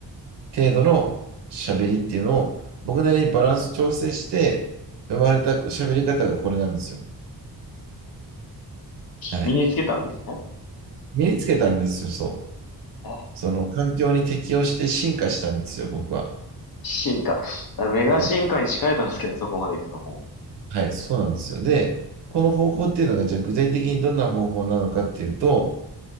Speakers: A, on the right; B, on the left.
A: 程度の喋りっていうのを、僕なりにバランス調整して、生まれた喋り方がこれなんですよ。はい。
B: 身につけたんですね。
A: 身につけたんですよ、そう。
B: あ
A: その環境に適応して進化したんですよ、僕は。
B: 進化。メガ進化に近いとんですけどね、
A: はい、
B: そこまで行くとも
A: はい、そうなんですよ。で、この方法っていうのが、じゃあ具体的にどんな方法なのかっていうと、